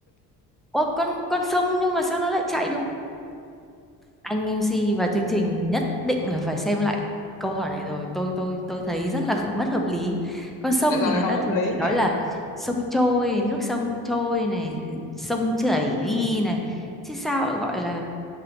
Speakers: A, in the centre; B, on the left.
A: Ô con con sông nhưng mà sao nó lại chạy được anh em MC và chương trình nhất định là phải xem lại câu hỏi này rồi tôi tôi tôi thấy rất là bất hợp lý
B: <laughs>
A: con sông
B: tại sao
A: thì
B: lại
A: người
B: không
A: ta
B: hợp
A: thường
B: lý
A: chỉ
B: nè
A: nói là sông trôi nước sông trôi này sông chảy đi này chứ sao lại gọi là